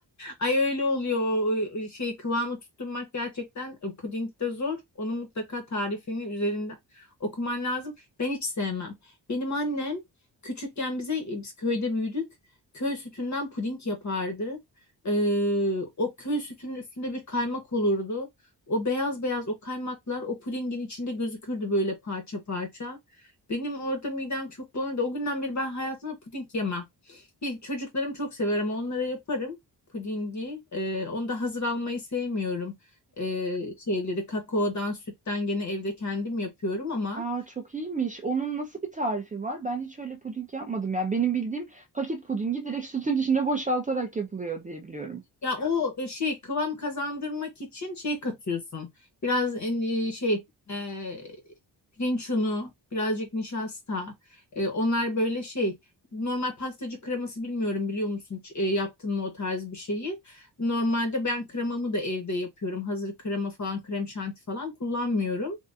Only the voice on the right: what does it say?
Aa çok iyiymiş. Onun nasıl bir tarifi var? Ben hiç öyle puding yapmadım ya. Benim bildiğim paket pudingi direkt sütün içine <laughs> boşaltarak yapılıyor diye biliyorum.